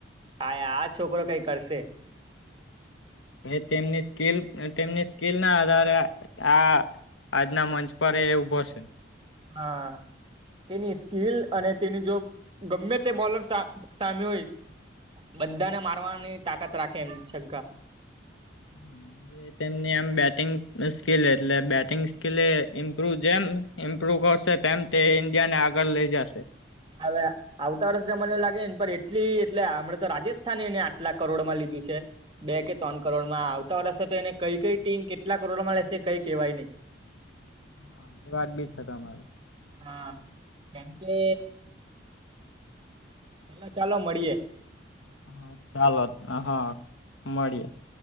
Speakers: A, on the right (about 25°); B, on the left (about 80°).
A: હા આ છોકરો કઈ કરશે
B: એ તેમની સ્કીલ તેમની સ્કીલ ના આધારે આ- આજના મંચ પર એ ઉભો છે.
A: હા- તેની સ્કીિલ અને તેની જો ગમે તે બોલર સામે હોય? બધા ને મારવાની તાકાત રાખે એમ છગ્ગા
B: હમ <unintelligible> તેમની આમ બેટિંગ સ્કીિલ એટલે બેટિંગ સ્કીિલ એ ઇમ્પ્રુવ જેમ ઇમ્પ્રુવ કરશે તેમ તે ઇન્ડિયા ને આગળ લઇ જાશે-
A: હવે આવતા વર્ષ મને એ લાગે ને પણ એટલી એટલે હમણાં તો રાજસ્થાને એને આટલા કરોડમાં લીધું છે. બે કે ત્રણ કરોડ માં આવતા વર્ષ તો એને કઈ કઈ ટીમ કેટલા કરોડમાં લેશે કઈ કેવાય નહી.
B: હા એ વાત બી છે તમારી
A: હા કેમ કે પેલા ચાલો મળીએે.
B: હ ચાલો હા મળીએે <unintelligible>